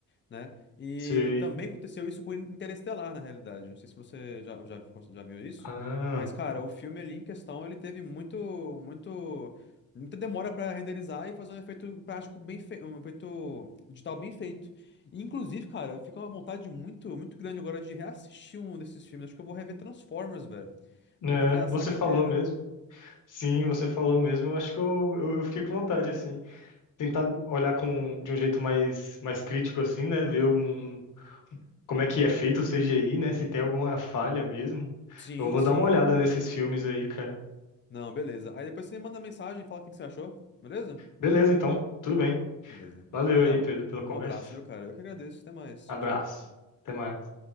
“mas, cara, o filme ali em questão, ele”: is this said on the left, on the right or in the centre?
Left